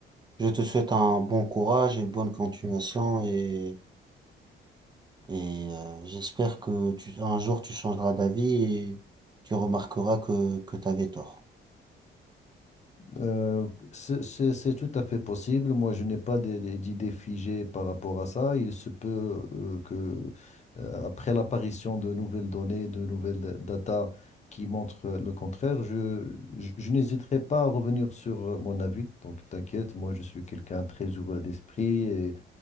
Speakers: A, on the right (about 20°); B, on the left (about 35°).
A: je te souhaite un bon courage, une bonne continuation et, et euh, j'espère que tu, un jour tu changeras d'avis et tu remarqueras que, que tu avais tort.
B: Euh, c'est c'est- c'est tout à fait possible. Moi, je n'ai pas des- des- d'idée figée par rapport à ça. Il se peut euh, que, euh, après l'apparition de nouvelles données, de nouvelles da- data qui montrent euh, le contraire, je, je, je n'hésiterai pas à revenir sur euh, mon avis. Donc, t'inquiète, moi, je suis quelqu'un très ouvert d'esprit et,